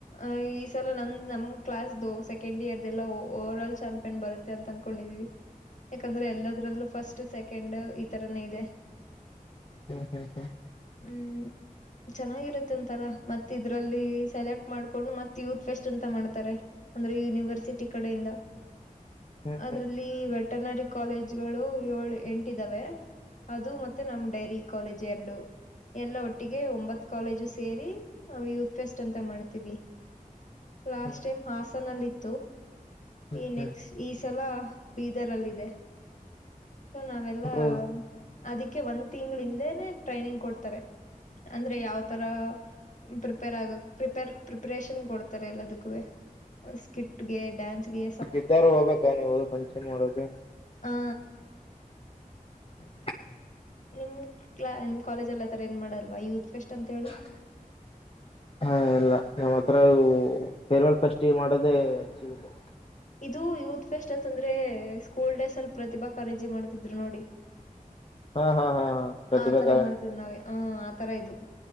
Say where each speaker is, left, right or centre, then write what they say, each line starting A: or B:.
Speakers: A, on the left (about 60°); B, on the left (about 40°).
A: ಆ ಈ ಸಲ ನಮ್ ನಮ್ ಕ್ಲಾಸ್ ಸೆಕೆಂಡ್ ಇಯರ್ ಎಲ್ಲಾ ಓವರ್ ಆಲ್ ಚಾಂಪಿಯನ್ ಬರುತ್ತೆ ಅಂತ ಅನ್ಕೊಂಡಿದಿವಿ
B: ಹ
A: ಯಾಕಂದ್ರೆ ಎಲ್ಲದ್ರಲ್ಲೂ ಫಸ್ಟ್ ಸೆಕೆಂಡ್ ಈ ತರನೇ ಇದೆ
B: ಹ್ಮ್ ಹ್ಮ್ ಹ್ಮ್
A: ಹ್ಮ್ ಚೆನ್ನಾಗಿರುತ್ತೆ ಒಂಥರ ಮತ್ತೆ ಇದ್ರಲ್ಲಿ ಸೆಲೆಕ್ಟ್ ಮಾಡ್ಕೊಂಡು ಮತ್ ಯೂತ್ ಫೆಸ್ಟ್ ಅಂತ ಮಾಡ್ತಾರೆ ಅಂದ್ರೆ ಯೂನಿವರ್ಸಿಟಿ ಕಡೆಯಿಂದ
B: ಹ್ಮ್
A: ಅದ್ರಲ್ಲಿ
B: ಹ್ಮ್ ಹ್ಮ್
A: ವೆಟನರಿ ಕಾಲೇಜ್ಗಳು ಏಳ್ ಎಂಟು ಇದಾವೆ ಅದು ಮತ್ತೆ ನಮ್ ಡೈರಿ ಕಾಲೇಜ್ ಎರಡು ಎಲ್ಲ ಒಟ್ಟಿಗೆ
B: ಹ್ಮ್
A: ಒಂಬತ್ ಕಾಲೇಜು ಸೇರಿ ನಾವು ಯೂತ್ ಫೆಸ್ಟ್ ಅಂತ ಮಾಡ್ತೀವಿ ಲಾಸ್ಟ್
B: ಹ್ಮ್
A: ಟೈಮ್ ಹಾಸನಲ್ಲಿ ಇತ್ತು
B: ಹ್ಮ್
A: ಈ
B: ಹ್ಮ್
A: ನೆಕ್ಸ್ಟ್ ಈ ಸಲ ಬೀದರಲ್ಲಿದೆ ಸೊ ನಾವೆಲ್ಲಾ
B: ಅದು
A: ಅದಕ್ಕೆ ಒಂದ್ ತಿಂಗಳ ಹಿಂದೆನೆ ಟ್ರೈನಿಂಗ್ ಕೊಡ್ತಾರೆ ಅಂದ್ರೆ ಯಾವತರ. ಪ್ರಿಪೇರ್ ಆಗಕ್ ಪ್ರಿಪೇರ್ ಪ್ರಿಪ್ರೇಷನ್ ಕೊಡ್ತಾರೆ ಎಲ್ಲದಕ್ಕೂವೆ. ಸ್ಕ್ರಿಪ್ಟ್ ಗೆ ಡಾನ್ಸ್ ಗೆ
B: ಇದಾರು ಹೋಗ್ಬೇಕ ನೀವು ಫಂಕ್ಷನ್ ಮಾಡೋಕೆ.
A: ಹಾ
B: <inaudible>
A: ನಿಮ್ ಕ್ಲಾ ನಿಮ್ ಕಾಲೇಜಲ್ಲಿ ಅತರ ಏನ್ ಮಾಡಲ್ವ ಯೂತ್ ಫೆಸ್ಟ್ ಅಂತ ಹೇಳಿ.
B: <unintelligible> ಹಾ ಎಲ್ಲ ನಮ್ಮ್ ಹತ್ರವು ಪೇರ್ವಾಲ್ ಫಸ್ಟ್ ಮಾಡೋದೇಚ್ಚಿಗದು.
A: ಇದು ಯೂತ್ ಫೆಸ್ಟ್ ಅಂತಂದ್ರೆ ಸ್ಕೂಲ್ ಡೇಸ್ ಅಲ್ಲಿ ಪ್ರತಿಭಾ ಕರಂಜಿ ಮಾಡ್ತಿದ್ರು ನೋಡಿ.
B: ಹಾ ಹಾ ಹಾ ಹಾ ಪ್ರತಿಭಾ
A: ಆ ತರ
B: ಕಾರಂಜಿ
A: ಮಾಡ್ತೇವಿ ನಾವೇ ಹ ಆತರ ಇದು.